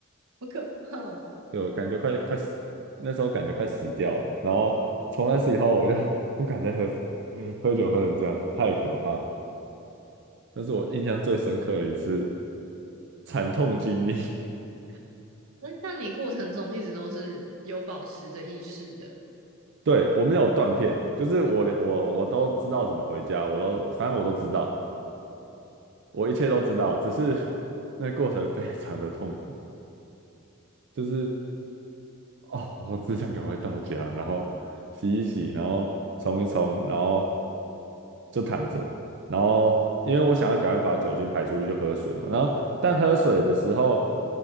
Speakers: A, on the right; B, on the right.
A: 好可怕哦！
B: 对，我感觉快快死，那时候感觉快死掉了。然后从那次以后，我就 <laughs> 不敢再喝喝酒喝成这样，太可怕了。那是我印象最深刻的一次惨痛经历。<laughs>
A: 那像你过程中一直都是有保持着意识的，
B: 对，我没有断片，就是我连我我都知道怎么回家，我都反正我都知道，我一切都知道，只是 <laughs> 那过程非常的痛苦，就是哦，我只想赶快到家，然后洗一洗，然后冲一冲，然后就躺着，然后因为我想要赶快把酒精排出去，就喝水嘛。然后但喝水的时候，